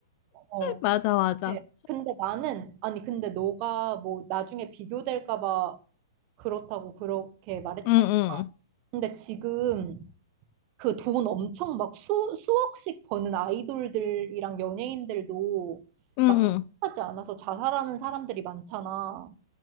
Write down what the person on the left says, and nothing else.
맞아, 맞아.
응, 응,
응, 응